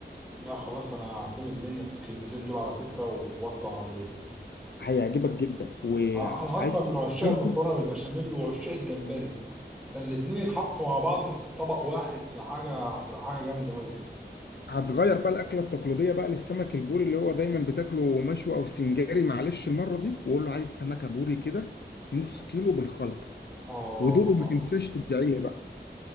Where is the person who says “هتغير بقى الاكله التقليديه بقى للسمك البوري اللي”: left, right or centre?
Left